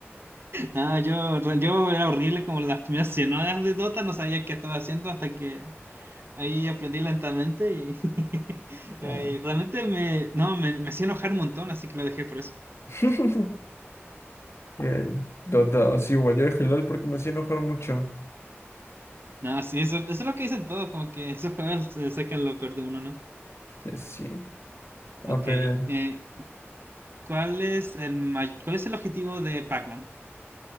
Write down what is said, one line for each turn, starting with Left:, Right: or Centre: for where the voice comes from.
Right: No, yo, yo era horrible como las primeras 100 horas de Dota, no sabía qué estaba haciendo hasta que ahí aprendí lentamente y, <laughs>
Left: Oh.
Right: y realmente me, no, me, me hacía enojar un montón, así que lo dejé por eso.
Left: <laughs> El Dota 2, igual yo dejé LOL porque me hacía enojar mucho.
Right: No, sí, eso, eso es lo que dicen todos, como que esos juegos eh, sacan lo peor de uno, ¿no?
Left: Sí, sí. A
Right: Ok,
Left: ver,
Right: eh, ¿cuál es el, may- cuál es el objetivo de Pac-Man?